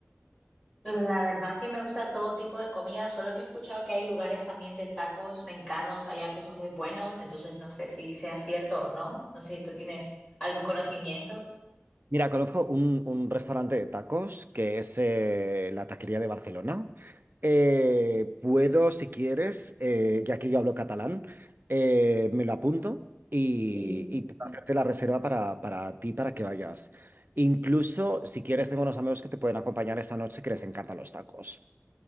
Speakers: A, on the left; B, on the right.
A: La verdad que me gusta todo tipo de comida, solo que he escuchado que hay lugares también de tacos mexicanos allá que son muy buenos, entonces no sé si sea cierto o no, no sé si tú tienes algún conocimiento.
B: Mira, conozco un, un restaurante de tacos que es eh, la Taquería de Barcelona. Eh, puedo, si quieres, eh, ya que yo hablo catalán, eh, me lo apunto y,
A: Sí.
B: y puedo hacerte la reserva para, para ti, para que vayas. Incluso, si quieres, tengo unos amigos que te pueden acompañar esta noche que les encantan los tacos.